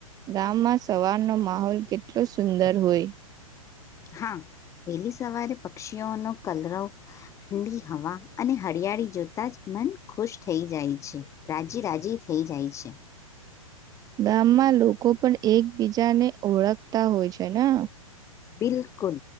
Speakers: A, on the right; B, on the left.
A: ગામમાં સવારનો માહોલ કેટલો સુંદર હોય.
B: હા, વહેલી સવારે પક્ષીઓનો કલરવ, ઠંડી હવા અને હરિયાળી જોતા જ મન ખુશ થઈ જાય છે, રાજી રાજી થઈ જાય છે.
A: ગામમાં લોકો પણ એકબીજાને ઓળખતા હોય છે ને.
B: બિલકુલ,